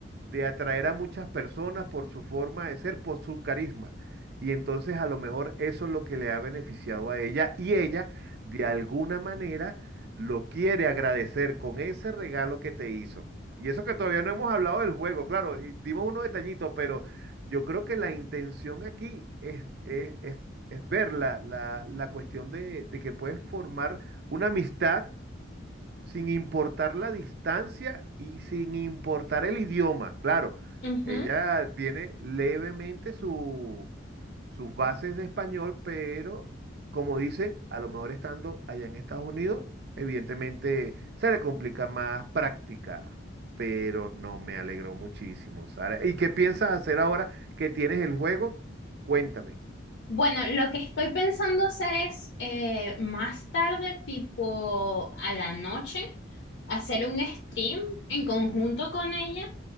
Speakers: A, on the right; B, on the left.
A: de atraer a muchas personas por su forma de ser, por su carisma. Y entonces a lo mejor eso es lo que le ha beneficiado a ella y ella de alguna manera lo quiere agradecer con ese regalo que te hizo. Y eso que todavía no hemos hablado del juego, claro, y dimos unos detallitos, pero yo creo que la intención aquí es, es, es- es ver la, la- la cuestión de, de que puedes formar una amistad sin importar la distancia y sin importar el idioma. Claro,
B: Ujú.
A: ella tiene levemente su- sus bases de español, pero como dicen, a lo mejor estando allá en Estados Unidos, evidentemente se le complica más practicar. Pero no me alegró muchísimo, Sara. ¿Y qué piensas hacer ahora que tienes el juego? Cuéntame.
B: Bueno, lo que estoy pensando hacer es eh, más tarde, tipo a la noche, hacer un stream en conjunto con ella